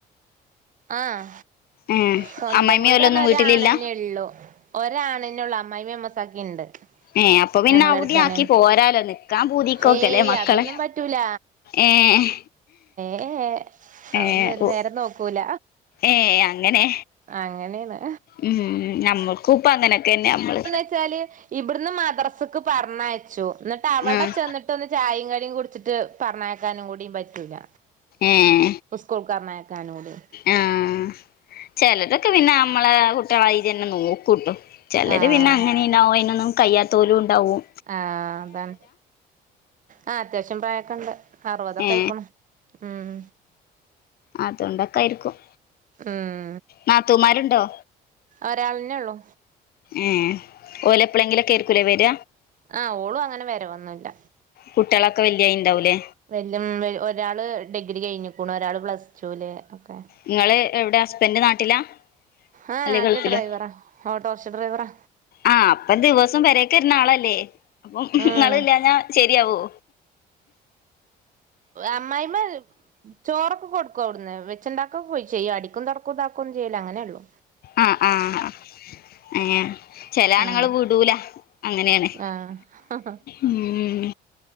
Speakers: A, on the right (about 50°); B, on the left (about 65°).
A: ആഹ്
B: ഏഹ്
A: സ്വന്തം
B: അമ്മായിമ്മിം
A: വീടാണ്
B: ഓലൊന്നും
A: ഒരു
B: വീട്ടിലില്ല
A: ആണന്നെ ഉള്ളു ഒരാണിനൊള്ളു അമ്മായിഅമ്മയും മെസ്സാക്കി ഇണ്ട്
B: ഏ അപ്പൊ പിന്നെ
A: ഞങ്ങളടുത്തന്നെ
B: അവിടെ ആക്കി പോരാലോ നി ക്കാൻ പൂതിക്കോക്കല്ലേ
A: ഏയ്
B: മക്കളെ
A: അതൊന്നും പറ്റൂല
B: ഏഹ്
A: ഏ അതൊന്നും
B: ഏഹ്
A: ഒരു നേരം നോക്കൂല
B: ഏ അങ്ങനെ
A: അങ്ങനെയാണ്
B: ഉം നമ്മക്കൂപ്പ അങ്ങനൊക്കന്നെ ഞമ്മള്
A: ച്ചാല് ഇവിടുന്ന് മാദ്രസ് പറഞ്ഞയച്ചു എന്നിട്ട് അവിടെ
B: ആഹ്
A: ചെന്നിട്ട് ഒര് ചായയും കടിയും കുടിച്ചിട്ട് പറഞ്ഞയ പക്കാനും കൂടിയും പറ്റൂല്ല
B: ഏയ്
A: സ്കോൾക്കാർണക്കാനൂടെ
B: ആഹ് ചിലതൊക്കെ പിന്നെ നമ്മളെ കുട്ടികളായിന്നെ നോക്കൂട്ടു ചിലര്
A: ആഹ്
B: പിന്നെ അങ്ങനെ ഇണ്ടാവും അയിനൊന്നും കഴിയാത്തോരുണ്ടാവും
A: ആഹ് അതാണ് ആ അത്യാവശ്യം പ്രായക്കെണ്ട് അറുപതൊക്കെ
B: ഏ
A: ആയിക്കണു ഉം
B: അത്ണ്ടക്കാരിക്കും
A: ഉം
B: നാത്തൂമാരുണ്ടോ
A: ഒരാളന്നെ ഒള്ളൂ
B: ഏഹ് ഓലെപ്പഴെങ്കിലൊക്കാരിക്കൂലെ വെരിക
A: ആ ഓളും അങ്ങനെ വെരവൊന്നുല്ല
B: കുട്ടികളൊക്കെ വല്യായി ഇണ്ടാവൂലേ
A: വലൃം ഒരാള് ഡിഗ്രി കഴിഞ്ഞിക്കുണു ഒരാള് പ്ലസ് ടൂല് ഒക്കെ
B: നിങ്ങള് എവിടെ ഹസ്ബൻഡ് നാട്ടിലാ
A: ആഹ്
B: അല്ലെ
A: നാട്ടിലെ
B: ഗൾഫിലോ
A: ഡ്രൈവറ ഓട്ടോറിക്ഷ ഡ്രൈവറാ
B: ആഹ് അപ്പൊ ദിവസോം പെരേക്ക് വെരുന്നാളല്ലേ അപ്പം
A: ഉം
B: നിങ്ങള് ഇല്ലാത ശെരിയാവോ
A: അമ്മായിമ്മ ചോറൊക്കെ കൊടുക്കും അവിട്ന്ന് വെച്ചുണ്ടാക്കൊക്ക പോയി ചെയ്യും അടിക്കും തൊറക്കും ഇതാക്കൊന്നും ചെയ്യൂല അങ്ങനെ ഉള്ളൂ
B: ആഹ് ആഹ് ഏഹ് ചെലെ ആണുങ്ങൾ
A: ഉം
B: വിടൂല അങ്ങനെയാണ്
A: ആഹ്
B: ഉം